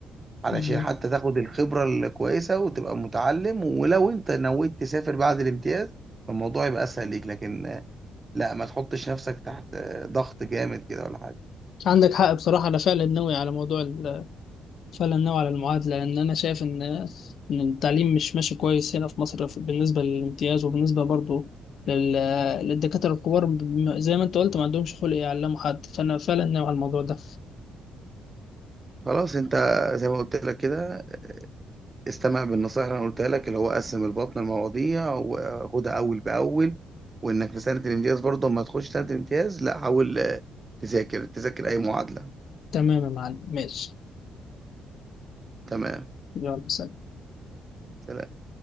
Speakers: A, on the right; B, on the left.
A: علشان
B: مم.
A: حتى تاخد الخبره الكويسه وتبقى متعلم ولو انت نويت تسافر بعد الامتياز فالموضوع يبقى اسهل ليك لكن آه، لا ما تحطش نفسك تحت آه، ضغط جامد كده ولا حاجه
B: عندك حق بصراحة أنا فعلا ناوي على موضوع فعلا نوع على المعادلة لأن أنا شايف إن إن التعليم مش ماشي كويس هنا في مصر في- بالنسبة للامتياز وبالنسبة برضه لل- للدكاترة الكبار بم- زي ما أنت قلت ما عندهمش خلق يعلموا حد فأنا فعلا نوع على الموضوع ده
A: خلاص انت زي ما قلت لك كده استمع بالنصائح اللي انا قلتها لك اللي هو قسم البطن المواضيع وخدها اول باول وانك في سنه الامتياز برضه ما تخش سنه الامتياز لا حاول آه، تذاكر تذاكر اي معادله
B: تمام يا معلم ماشي
A: تمام
B: يلا سلام.
A: سلام